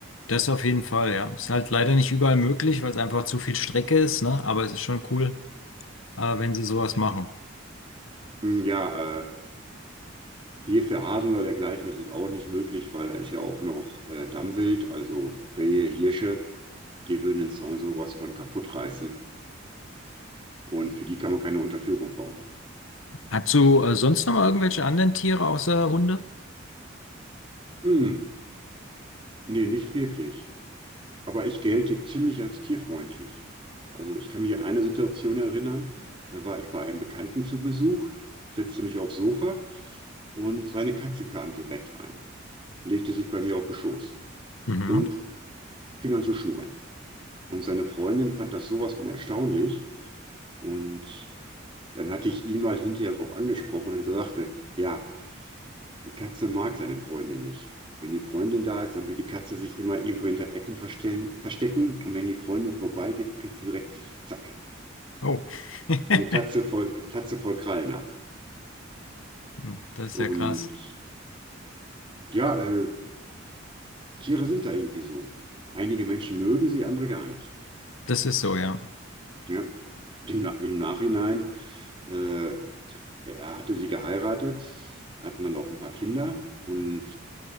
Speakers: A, on the left (about 80°); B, on the right (about 25°).
A: Das auf jeden Fall, ja. Ist halt leider nicht überall möglich, weil es einfach zu viel Strecke ist, ne? Aber es ist schon cool, äh, wenn sie sowas machen.
B: Hm, Ja, äh, hier für Hasen oder dergleichen ist es auch nicht möglich, weil da ist ja auch noch äh, Dammwild, also Rehe, Hirsche, die würden den Zaun sowas von kaputt reißen. Und für die kann man keine Unterführung bauen.
A: Hast du äh, sonst noch mal irgendwelche anderen Tiere außer Hunde?
B: Hm, nee, nicht wirklich. Aber ich gelte ziemlich als tierfreundlich. Also ich kann mich an eine Situation erinnern, da war ich bei einem Bekannten zu Besuch, setzte mich aufs Sofa und seine Katze kam direkt an, legte sich bei mir auf den Schoß
A: Mhm.
B: und fing an zu schnurren. Und seine Freundin fand das sowas von erstaunlich. Und dann hatte ich ihn mal hinterher darauf angesprochen und er sagte, ja, die Katze mag seine Freundin nicht. Wenn die Freundin da ist, dann will die Katze sich immer irgendwo hinter Ecken verstellen, verstecken. Und wenn die Freundin vorbeigeht, kriegt sie direkt, zack,
A: Oh. <laughs>
B: eine Tatze voll, äh, Tatze voll Krallen ab.
A: Hm, Das ist
B: Und
A: ja krass.
B: ja, äh, Tiere sind da irgendwie so. Einige Menschen mögen sie, andere gar nicht.
A: Das ist so, ja.
B: Ja, im, Na- im Nachhinein. Äh, Er hatte sie geheiratet, hatten dann auch ein paar Kinder und